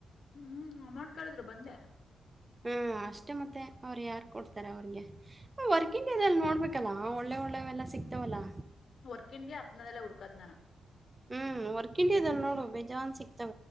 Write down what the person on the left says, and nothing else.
ಹ್ಮ್ ಹ್ ಅಮೌಂಟ. ಕಳದ್ರು ಬಂದ್ಯಾ.
ವರ್ಕ್ ಇಂದಿ ಅಪ್ನಾದೆಲ್ಲ ಹುಡಕದ್ ನಾನು.